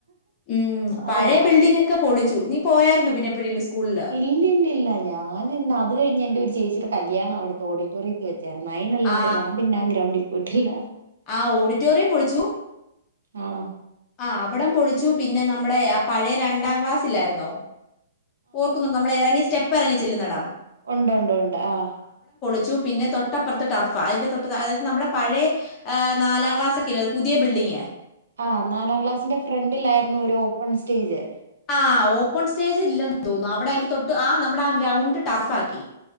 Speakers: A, on the left; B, on the right.
A: ഉം
B: അത്
A: പഴയ
B: കൊള്ളാം
A: ബിൽഡിംഗ് ഒക്കെ പൊളിച്ചു നീ പോയായിരുന്നു പിന്നെ എപ്പോഴെങ്കിലും സ്കൂളിൽ
B: ഇല്ലില്ലില്ല ഞാനിന്ന് അത് കഴിഞ് എന്റെ ഒരു ചേച്ചി കല്യാണം അവിടുത്തെ ഓഡിറ്റോറിയത്തിൽ വെച്ചു ചേറന്നായിന്നാല്ലാതെ
A: ആ
B: ഞാൻ പിന്നെ ആ ഗ്രൗണ്ടിൽ- വിടില്ല
A: ആ ഓഡിറ്റോറിയം പൊളിച്ചു
B: ആണോ
A: ആ അവിടം പൊളിച്ചു പിന്നെ നമ്മുടെ ആ പഴയ രണ്ടാം ക്ലാസ്സില്ലായിരുന്നോ ഓർക്കുന്നുണ്ട് നമ്മളിറങ്ങി സ്റ്റെ പ്പിറങ്ങി ചെല്ലിന്നിടം
B: ഒണ്ട്ണ്ട് ഒണ്ട് ആ-
A: അയ്യോ പിന്നെ തൊട്ടപ്പുറത്ത് ടർഫാ അതിന്റെ തൊട്ട് അതായത് നമ്മുടെ പഴേ നാലാം ക്ലാസ്സൊക്കെ ഇല്ലേ അത് പുതിയ ബിൽഡിംങ്‌
B: ആഹ് നാലാം ക്ലാസ്സിന്റെ ഫ്രണ്ടിലായിരുന്നു ഒരു ഓപ്പൺ സ്റ്റേജ്.
A: ആഹ് ഓപ്പൺ സ്റ്റേജ് ഇല്ലെന്ന് തോന്നുന്നു അവിടെ അതിറെ തൊട്ട് ആ നമ്മടെ ആ ഗ്രൗണ്ട് ടർഫാക്കി